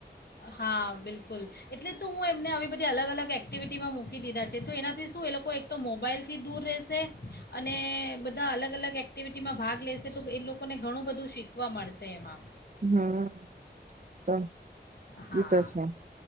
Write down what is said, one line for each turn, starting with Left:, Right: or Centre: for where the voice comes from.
Left: હા બિલકુલ એટલે ત હું એમને આવી બધી બધી અલગ અલગ એક્ટિવિટીમાં મૂકી દીધા છે, તો એનાથી શું એ લોકો એક તો મોબાઈલથી દૂર રહેશે અને બધા અલગ અલગ એક્ટિવિટીમાં ભાગ લેશે, તો એ લોકોને ઘણું બધું શીખવા મળશે એમાં.
Right: હા ત.
Left: હા
Right: એતો છે.